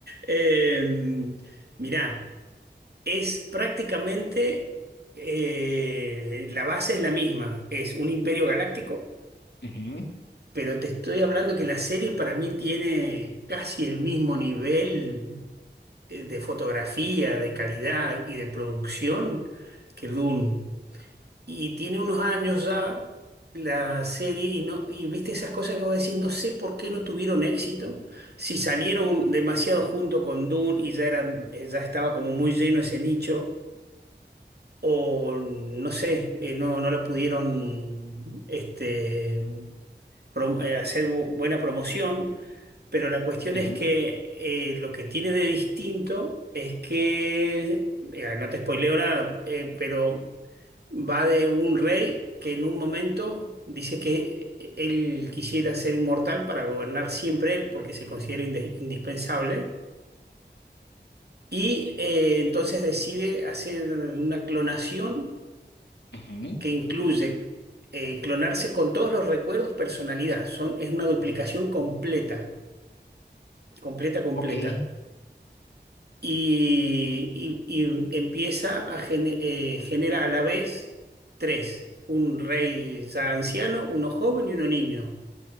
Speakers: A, on the right; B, on the left.
A: eh, mirá, es prácticamente, eh, la base es la misma, es un imperio galáctico,
B: Ujú,
A: pero te estoy hablando que la serie para mí tiene casi el mismo nivel eh, de fotografía, de calidad y de producción que Dune. Y tiene unos años ya la serie y no y viste esas cosas que vos decís, no sé por qué no tuvieron éxito, si salieron demasiado junto con Dune y ya era, eh, ya estaba como muy lleno ese nicho, o no sé, eh, no, no la pudieron este, prom- eh, hacer bu- buena promoción, pero la cuestión
B: ujú,
A: es que eh, lo que tiene de distinto es que, eh, no te spoileo nada, eh, pero va de un rey que en un momento dice que él quisiera ser inmortal para gobernar siempre él porque se considera inde- indispensable y eh, entonces decide hacer una clonación
B: ujú.
A: que incluye eh, clonarse con todos los recuerdos, personalidad. Son, es una duplicación completa, completa, completa.
B: Ok.
A: Y, y- y empieza a gene- eh, genera a la vez tres, un rey ya anciano, uno joven y uno niño.